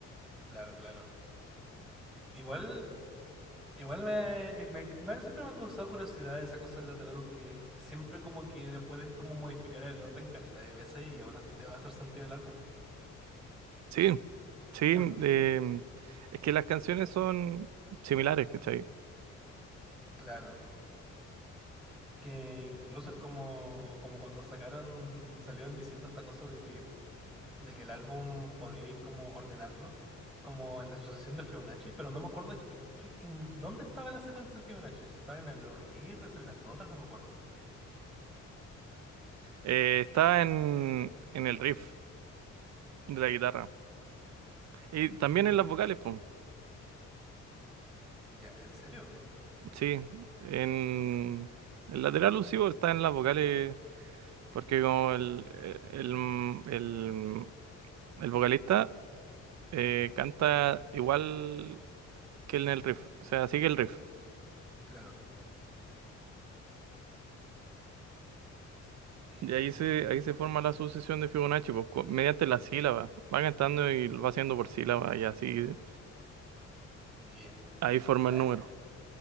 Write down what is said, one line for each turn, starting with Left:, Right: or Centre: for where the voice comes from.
Centre: claro, claro. Igual, igual me, me- me- siempre me ha causado curiosidad esa cosa del lateral que siempre como que le puedes como modificar el orden caleta de veces y aún así te va a hacer sentido el álbum.
Right: Sí, sí,
Centre: Porque,
Right: em, es que las canciones son similares, ¿cachai?
Centre: claro, que incluso es como, como cuando sacaron, salieron diciendo esta cosa de que de que el álbum podía ir como ordenarlo, como en la sucesión de Fibonacci, pero no me acuerdo qué- qué- en dónde estaba la secuencia de Fibonacci, si estaba en el- los riffs, en las notas, no me acuerdo.
Right: Eh, está en, en el riff de la guitarra y también
Centre: Ya,
Right: en las vocales, pues,
Centre: ya, ¿en serio?
Right: sí, en el lateral occipital está en las vocales porque como el, el, el, el vocalista eh, canta igual que en el riff, o sea, sigue el riff.
Centre: Claro. Sí, eh,
Right: Y ahí se, ahí se forma la sucesión de Fibonacci, pues, co- mediante la sílaba. Va cantando y lo va haciendo por sílaba y así
Centre: ya,
Right: Ahí forma
Centre: ya
Right: el número.
Centre: es.